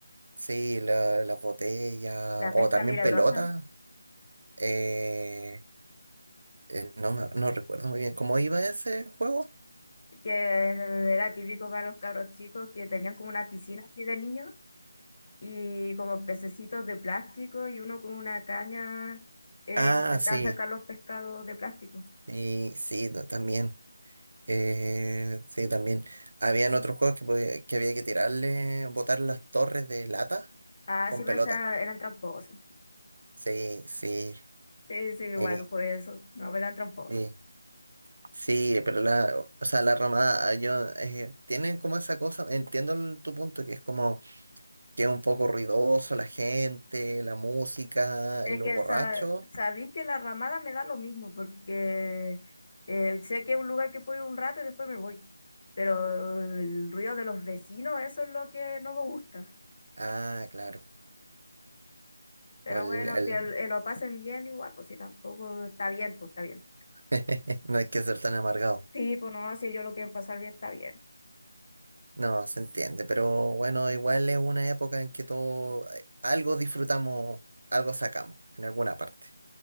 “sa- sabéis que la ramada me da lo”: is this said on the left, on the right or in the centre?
Left